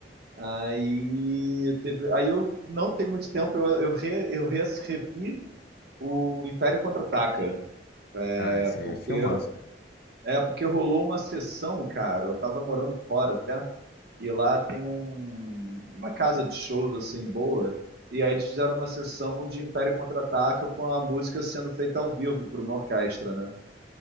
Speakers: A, on the right (about 65°); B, on the left (about 60°).
A: Aí teve, aí eu não tem muito tempo eu eu, re, eu re- revi o Império Contra-Ataca,
B: Ah, esse
A: é porque
B: aí é filmaço,
A: eu-
B: cara.
A: é porque rolou uma sessão, cara. Eu tava morando fora até. E lá tem um, uma casa de shows assim boa. E aí eles fizeram uma sessão de Império Contra-Ataca com a música sendo feita ao vivo por uma orquestra, né?